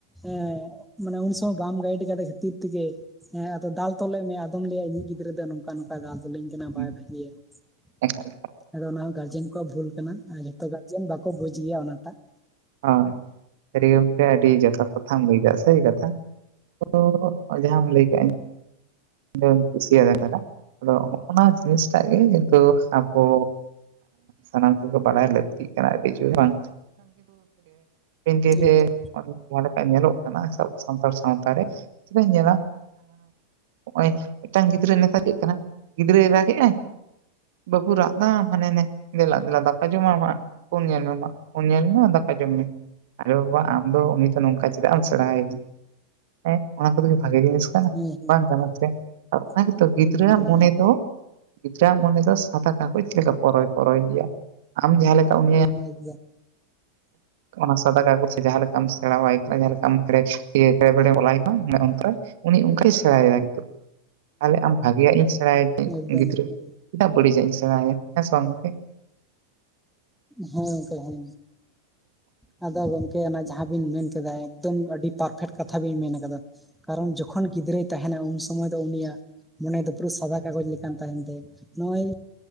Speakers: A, in the centre; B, on the right.
A: ᱮᱸ ᱢᱟᱱᱮ ᱩᱱ ᱥᱚᱢᱚᱭ ᱵᱟᱢ ᱜᱟᱭᱤᱰ ᱠᱟᱫᱮ ᱠᱷᱟᱹᱛᱤᱨ ᱛᱮᱜᱮ ᱦᱮᱸ ᱟᱫᱚ ᱫᱟᱞ ᱛᱚᱞᱮᱫ ᱢᱮᱭᱟ ᱟᱫᱚᱢ ᱞᱟᱹᱭᱟ ᱤᱧᱤᱡ ᱜᱤᱫᱽᱨᱟᱹ ᱜᱤᱫᱽᱨᱟᱹ ᱫᱚ ᱱᱚᱝᱠᱟ ᱱᱚᱝᱠᱟᱭ ᱫᱟᱞ ᱛᱚᱞᱤᱧ ᱠᱟᱱᱟ
B: ᱦᱩᱸ
A: ᱵᱟᱭ ᱵᱷᱟᱹᱜᱤᱭᱟ ᱾
B: ᱮᱠᱟᱞ ᱮᱠᱟᱞ
A: ᱟᱫᱚ ᱚᱱᱟ ᱦᱚᱸ ᱜᱟᱨᱡᱮᱱ ᱠᱚᱣᱟᱜ ᱵᱷᱩᱞ ᱠᱟᱱᱟ, ᱡᱚᱛᱚ ᱜᱟᱨᱡᱮᱱ ᱵᱟᱠᱚ ᱵᱩᱡ ᱜᱮᱭᱟ ᱚᱱᱟᱴᱟᱜ ᱾
B: ᱦᱳᱭ, ᱥᱟᱹᱨᱤ ᱜᱚᱝᱠᱮ ᱟᱹᱰᱤ ᱡᱚᱷᱟᱛ ᱠᱟᱛᱷᱟᱢ ᱞᱟᱹᱭ ᱠᱟᱜᱼᱟ ᱥᱟᱹᱨᱤ ᱠᱟᱛᱷᱟ ᱾ ᱛᱚ ᱡᱟᱦᱟᱸᱟᱢ ᱞᱟᱹᱭ ᱠᱮᱜᱼᱟ ᱤᱧ ᱫᱚᱧ ᱠᱩᱥᱤᱭᱟᱫᱟ ᱟᱫᱚ ᱦᱚᱜᱱᱟ ᱡᱤᱱᱤᱥᱴᱟᱜ ᱜᱮ ᱠᱤᱱᱛᱩ ᱟᱵᱚ ᱥᱟᱱᱟᱢ ᱠᱚᱜᱮ ᱵᱟᱲᱟᱭ ᱞᱟᱹᱠᱛᱤᱜ ᱠᱟᱱᱟ ᱟᱹᱰᱤ ᱡᱩᱫᱤ ᱵᱟᱝ ᱯᱤᱱᱛᱤ
A: ᱮᱠᱫᱚᱢ
B: ᱛᱮ ᱡᱟᱦᱟᱸ ᱞᱮᱠᱟ ᱧᱮᱞᱚᱜ ᱠᱟᱱᱟ ᱟᱵᱚ ᱥᱟᱱᱛᱟᱲ ᱥᱟᱶᱛᱟ ᱨᱮ ᱪᱮᱫᱟᱧ ᱧᱮᱞᱟ ᱱᱚᱜᱼᱚᱭ ᱢᱤᱫᱴᱟᱝ ᱜᱤᱫᱽᱨᱟᱹ ᱱᱮᱛᱟᱨ ᱪᱮᱫ ᱠᱟᱱᱟ ᱜᱤᱫᱽᱨᱟᱹᱭ ᱨᱟᱜᱮ ᱟᱭ ᱵᱟᱵᱩ ᱨᱟᱫᱟᱢ ᱢᱟᱱᱮ ᱫᱮᱞᱟ ᱫᱮᱞᱟ ᱫᱟᱠᱟ ᱡᱚᱢᱟᱢ ᱯᱩᱱ ᱧᱮᱞ ᱢᱮ ᱢᱟ ᱯᱩᱱ ᱧᱮᱞ ᱢᱮ ᱫᱟᱠᱟ ᱡᱚᱢ ᱢᱮ ᱟᱨᱮ ᱵᱟᱵᱟ ᱟᱢ ᱫᱚ ᱩᱱᱤ ᱫᱚ ᱱᱚᱝᱠᱟ ᱪᱮᱫᱟᱜ ᱮᱢ ᱥᱮᱬᱟᱭᱮ ᱠᱟᱱᱟ ᱦᱮᱸ ᱚᱱᱟ ᱠᱚᱫᱚ ᱵᱷᱟᱜᱤ ᱡᱤᱱᱤᱥ ᱠᱟᱱᱟ ᱾
A: ᱦᱮᱸ
B: ᱵᱟᱝ ᱜᱟᱱᱚᱜ ᱛᱮ ᱚᱱᱟ
A: ᱦᱮᱸ
B: ᱜᱮᱛᱚ ᱜᱤᱫᱽᱨᱟᱹᱣᱟᱜ
A: ᱵᱟᱝ ᱠᱟᱱᱟ
B: ᱢᱚᱱᱮ
A: ᱵᱟᱝ
B: ᱫᱚ ᱜᱤᱫᱽᱨᱟᱹ ᱟ ᱢᱚᱱᱮ ᱫᱚ ᱥᱟᱫᱟ ᱠᱟᱜᱚᱡ ᱞᱮᱠᱟ ᱯᱚᱨᱚᱭ ᱯᱚᱨᱚᱭ ᱜᱮᱭᱟ᱾ ᱟᱢ ᱡᱟᱦᱟᱸ ᱞᱮᱠᱟ
A: ᱦ
B: ᱩᱱᱤ
A: ᱫᱟ
B: ᱚᱱᱟ ᱥᱟᱫᱟ ᱠᱟᱜᱚᱡᱽ ᱥᱮ ᱡᱟᱦᱟᱸ ᱞᱮᱠᱟᱢ ᱥᱮᱬᱟ ᱟᱭ ᱠᱟᱱᱟ ᱡᱟᱦᱟᱸ ᱠᱮᱲᱮ ᱵᱮᱲᱮ ᱚᱞᱟᱭ ᱠᱟᱱᱟ ᱚᱱ ᱚᱱᱠᱟ ᱩᱱᱤ ᱚᱱᱠᱟᱭ ᱥᱮᱬᱟᱭᱟ ᱠᱤᱱᱛᱩ ᱛᱟᱦᱞᱮ ᱟᱢ ᱵᱷᱟᱜᱤᱭᱟᱜ ᱤᱧ ᱥᱮᱬᱟᱭᱟ
A: ᱮᱠᱫᱚᱢ
B: ᱤ ᱜᱤᱫᱽᱨᱟᱹ
A: ᱮᱠᱫᱚᱢ
B: ᱪᱮᱫᱟᱜ ᱵᱟᱹᱲᱤᱡᱟᱜ ᱤᱧ ᱥᱮᱬᱟᱭᱟ ᱦᱮ ᱥᱮ ᱜᱚᱢᱠᱮ
A: ᱦᱮᱸᱚᱱᱠᱟ ᱦᱮᱸ ᱟᱫᱚ ᱜᱚᱝᱠᱮ ᱜᱚᱢᱠᱮ ᱚᱱᱟ ᱡᱟᱦᱟᱸ ᱵᱤᱱ ᱢᱮᱱ ᱠᱮᱫᱟ ᱮᱠᱫᱚᱢ ᱟᱹᱰᱤ ᱯᱟᱨᱯᱷᱮᱠᱴ ᱠᱟᱛᱷᱟ ᱵᱤᱱ ᱢᱮᱱ ᱟᱠᱟᱫᱟ ᱾ ᱠᱟᱨᱚᱱ ᱡᱚᱠᱷᱚᱱ ᱜᱤᱫᱽᱨᱟᱹᱭ ᱛᱟᱦᱮᱱᱟ ᱩᱱ ᱥᱚᱢᱚᱭ ᱫᱚ ᱩᱱᱤᱭᱟᱜ ᱢᱚᱱᱮ ᱫᱚ ᱯᱩᱨᱟᱹ ᱥᱟᱫᱟ ᱠᱟᱜᱚᱡᱽ ᱞᱮᱠᱟᱱ ᱛᱟᱦᱮᱱ ᱛᱟᱭᱟ ᱱᱚᱜᱼᱚᱭ